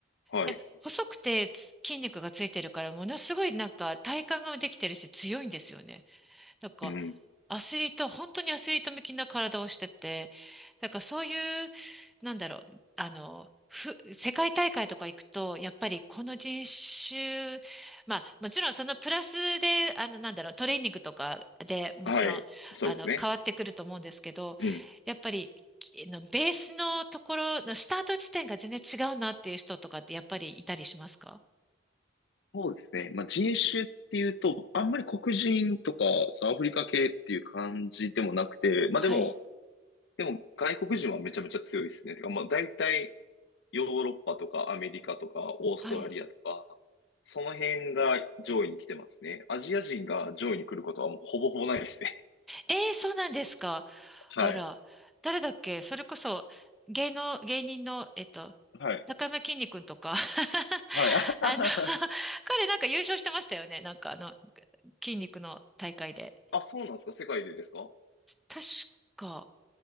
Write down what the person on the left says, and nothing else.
はい。
うん。
はい。そうですね。
うん。
そうですね。まあ、人種っていうと、あんまり黒人とかサアフリカ系っていう感じでもなくて、まあでも、
でも外国人はめちゃめちゃ強いですね。てか、まあ大体ヨーロッパとかアメリカとかオーストラリアとか、
その辺が上位に来てますね。アジア人が上位に来ることはもうほぼほぼないですね。
<laughs> はい。
はい。
はい。<laughs>
あ
そうなんですか世界でですか